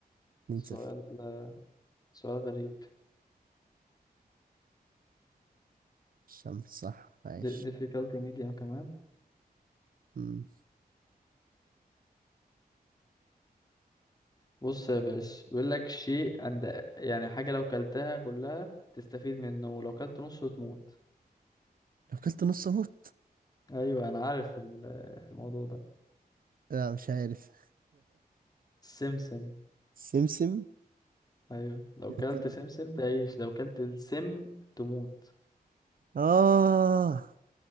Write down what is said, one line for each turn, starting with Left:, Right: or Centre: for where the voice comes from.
Right: اتنين
Left: سؤال
Right: صفر
Left: سؤال غريب
Right: الشمس صح عايش
Left: د- difficulty medium كمان
Right: م،
Left: بص يا باشا بيقول لك شيء عند يعني حاجة لو كلتها كلها تستفيد منه ولو كلت نصه تموت
Right: لو كلت نص أموت
Left: ايوه انا عارف ال- الموضوع ده
Right: لا مش عارف
Left: السمسم
Right: <laughs> سمسم
Left: ايوه لو كلت
Right: ازاي
Left: سمسم تعيش لو كلت السم تموت
Right: اه